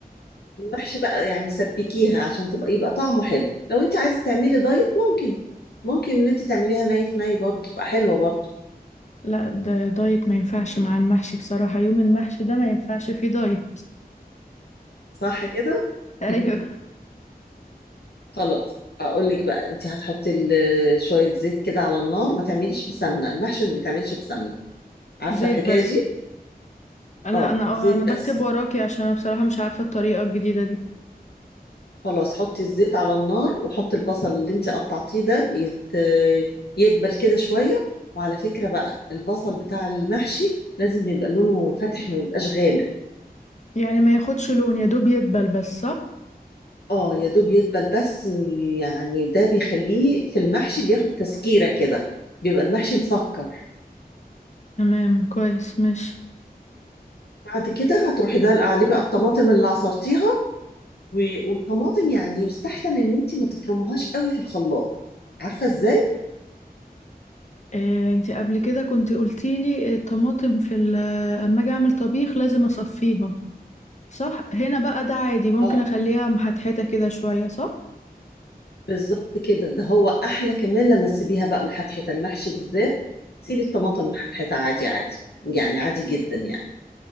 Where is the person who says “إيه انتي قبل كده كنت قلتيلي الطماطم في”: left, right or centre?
Left